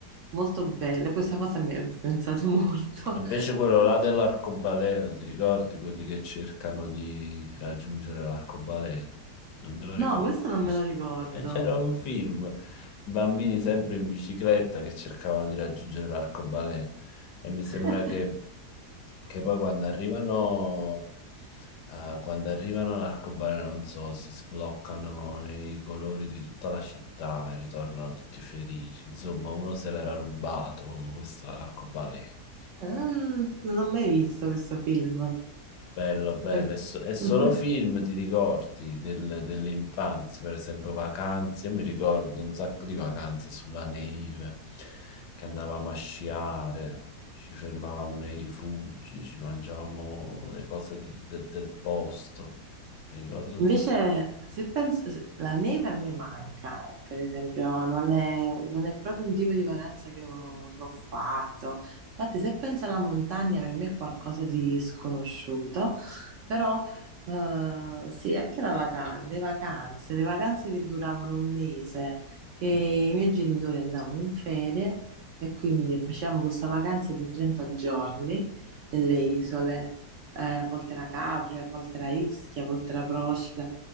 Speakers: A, on the right (about 70°); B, on the left (about 80°).
A: Molto bello, questa cosa mi ha influenzato <laughs> molto.
B: E Invece quello là dell'arcobaleno, ti ricordi quelli che cercano di raggiungere l'arcobaleno? Non te lo ricordo.
A: No, questo non me lo ricordo.
B: E C'era un film, bambini sempre in bicicletta che cercavano di raggiungere l'arcobaleno e mi
A: <laughs>
B: sembra che, che poi quando arrivano, eh, quando arrivano all'arcobaleno, non so, si sbloccano i colori di tutta la città e ritornano tutti felici. Insomma, uno se l'era rubato, questo arcobaleno.
A: Eh, Non, non ho mai visto questo film.
B: Bello, bello,
A: Per-
B: è, so- è solo
A: <laughs>
B: film, ti ricordi del- dell'infanzia, per esempio vacanze, io mi ricordo un sacco di vacanze sulla neve, che andavamo a sciare, ci fermavamo nei rifugi, ci mangiavamo le cose de- de- del posto, mi ricordo
A: Invece,
B: tutte queste-
A: se penso, se- la neve a me manca, eh, per esempio, non è, non è proprio un tipo di vacanza che ho, che ho fatto. Infatti, se penso alla montagna, per me è qualcosa di sconosciuto, però eh, sì, anche la vacanza, le vacanze, le vacanze che duravano un mese, che i
B: <laughs>
A: miei genitori andavano in ferie e quindi facevamo questa vacanza di 30 giorni nelle isole eh, a volte era Capri, a volte era Ischia, a volte era Procida.